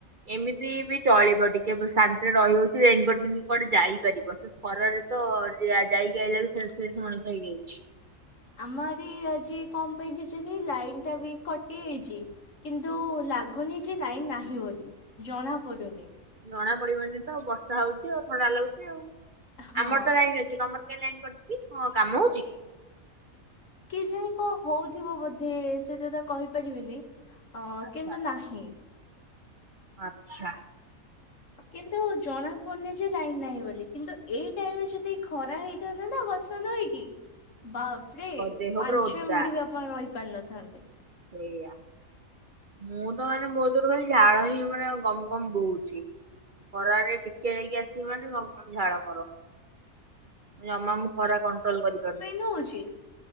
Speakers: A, on the right; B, on the left.
A: ଏମିତି ବି ଚଳିବ ଟିକେ ବ ଶାନ୍ତିରେ ରହି ହଉଛି। ରେନିକୋଟ ପିନ୍ଧିକି କୁଆଡେ ଯାଇପାରିବ ସ ଖରାରେ ତ ଯା ଯାଇକି ଆଇଲା ବେଳକୁ ସେନ୍ସ ଲେସ୍ ମଣିଷ ହେଇଯାଉଛି।
B: ଆମରି ଆଜି କଣ ପାଇଁ କେଜାଣି ଲାଇନ ଟା ବି କଟି ଯାଇଛି। କିନ୍ତୁ ଲାଗୁନି ଯେ ନାଇଁ ନାହିଁ ବୋଲି ଜଣା ପଡୁନି।
A: ଜଣା ପଡିବନି ତ ବର୍ଷା ହଉଛି ଆଉ ଥଣ୍ଡା ଲାଗୁଛି ଆଉ।
B: ହଁ।
A: ଆମର ତ ଲାଇନ୍ ଅଚି।
B: କି
A: ସେ ତମର କାଇ ଲାଇନ୍ କରିଛି ହଁ କାମ ହଉଛି କି?
B: କେଜାଣି କଣ ହଉଥିବ ବୋଧେ ସେଟା ତ କହିପାରିବିନି ଅ
A: ଆଚ୍ଛା
B: କିନ୍ତୁ
A: ଆଚ୍ଛା।
B: ନାହିଁ।
A: ଆଚ୍ଛା,
B: କିନ୍ତୁ ଜଣା ପଡୁନି ଯେ ଲାଇନ ନାହିଁ ବୋଲି କିନ୍ତୁ ଏଇ ଟାଇମରେ ଯଦି ଖରା ହେଇଥାଆନ୍ତା ନାଁ ବ ଷା ନାଇକି ବାପରେ
A: ଦେହ
B: ପାଞ୍ଚ
A: ପୁରା ଓଦା
B: ମିନିଟ ବି ଆପଣ ରହି ପାରିନଥାନ୍ତେ।
A: ସେଇଆ, ମୁଁ ତ ମାନେ ମୋ ଦେହରୁ ଖାଲି ଝାଳ ହିଁ ମାନେ ଗମ ଗମ ବୋହୁଛି। ଖରାରେ ଟିକେ ଯାଇକି ଆସିବି ମାନେ ମ ଗମ୍ ଗମ୍ ଝାଳ ମୋର। ଜମା ମୁଁ ଖରା କଣ୍ଟ୍ରୋଲ କରିପାରୁନି।
B: ନ ହଉଛି